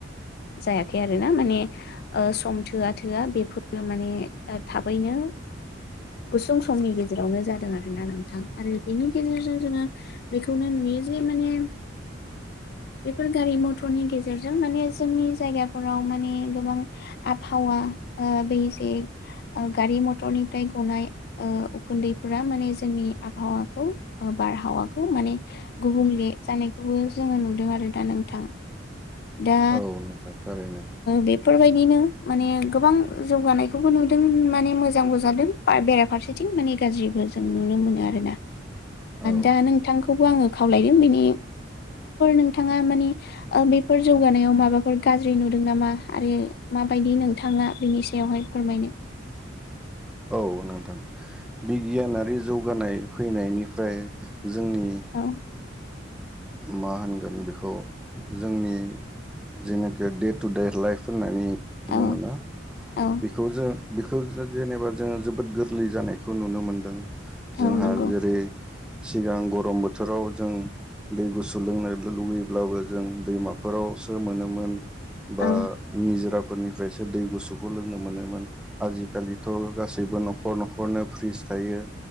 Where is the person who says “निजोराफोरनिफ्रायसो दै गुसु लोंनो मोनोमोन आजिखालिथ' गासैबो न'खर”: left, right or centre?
Centre